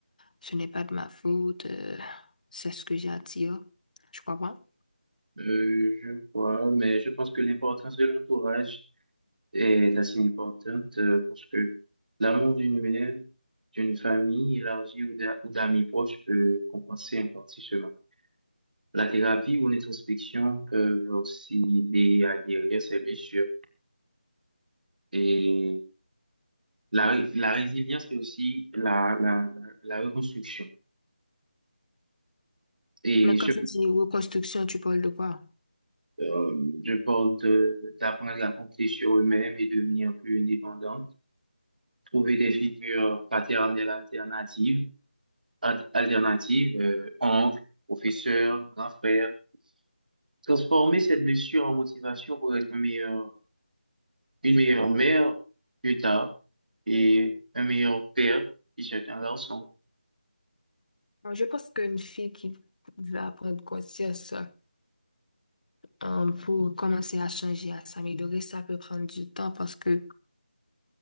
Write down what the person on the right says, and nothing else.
Euh, je crois, mais je pense que l'importance de l'entourage est assez importante euh, parce que l'amour d'une mère, d'une famille élargie ou d'a- ou d'amis proches peut compenser en partie ce manque. La thérapie ou l'introspection peuvent aussi aider à guérir ces blessures. Et la, ré- la résilience est aussi la, la, la, la reconstruction. Et
je,
euh, je parle de, d'apprendre à compter sur eux-mêmes et devenir plus indépendante, trouver des figures paternelles alternatives al- alternative, euh, oncle, professeur, grand frère. Transformer cette blessure en motivation pour être un meilleur, une meilleure mère plus tard et un meilleur père si c'est un garçon.